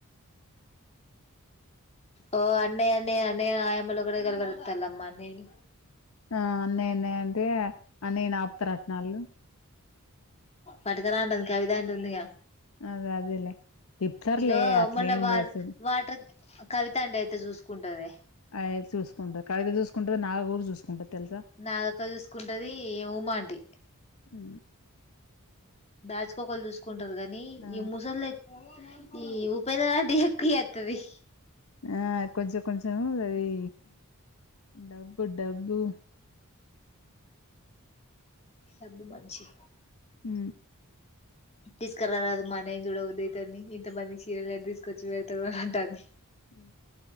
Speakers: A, on the left (about 30°); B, on the left (about 65°).
A: ఓ అన్నయ అన్నే అన్నే ఆయమలు కూడా గ బరుతల్మ్ అన్నే <unintelligible>
B: ఆ అన్నయన్న అంటే అన్నయ నాప్త రట్నాళ్ళు
A: పటుకలా అంటుంది కవిత ఏంటుంది ఇకా
B: అదే అదేలే తిప్పుతారులే
A: ఇగో
B: అట్లేం
A: మొన్న వార్
B: లేదు చూడు
A: వాటర్ కవిత ఆంటీ అయితే చూసుకుంటదే
B: అదే చూసుకుంటది కవిత చూసుకుంటది నాగ గూడ చూసుకుంటది తెలుసా
A: నాగక్క చూసుకుంటది ఉమా ఆంటీ
B: ఊ
A: బ్యాచ్ కొకలు చూసుకుంటలు గనీ
B: ఆ
A: ఈ ముసల్దయితే ఈ ఉపేనా డియుకీయతది
B: ఆ కొంచెం కొంచెం అది డబ్బు డబ్బు
A: డబ్బు మంచి
B: ఊ
A: <inaudible> తీసుకురారాదు మా అన్నయ్య ను చూడ బుద్దయ్ తంది ఇంత మంది చెల్లెలని తీసుకొచ్చి వెళ్తవ్ అని అంటాంది
B: ఊ